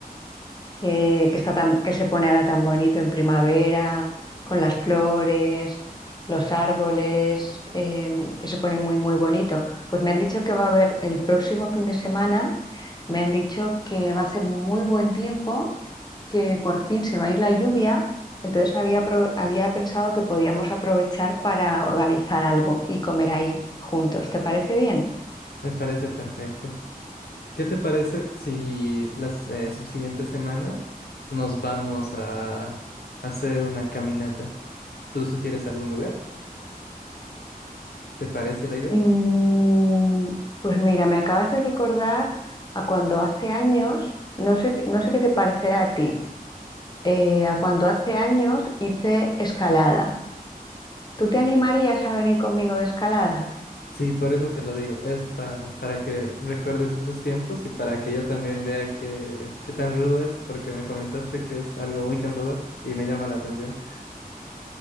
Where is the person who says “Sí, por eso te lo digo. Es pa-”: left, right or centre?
Left